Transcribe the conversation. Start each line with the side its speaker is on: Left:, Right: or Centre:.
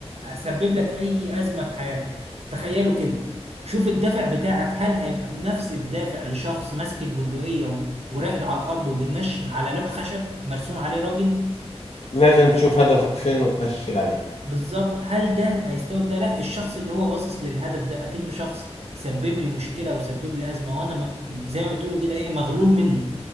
Right: آه، سبب لك اي ازمه في حياتك تخيلوا كده شوف الدافع بتاعك هل هيبقى بنفس الدافع لشخص ماسك البندقيه و- وراقد على الارض وبينشن على لوح خشب مرسوم عليه راجل
Left: لازم تشوف هدفك فين وتنشل عليه
Right: بالظبط هل ده هيستوعب ده لا الشخص اللي هو باصص للهدف ده اكنه شخص سبب لي مشكله وسبب لي ازمه وانا م- زي ما بتقولوا كده ايه مغلول منه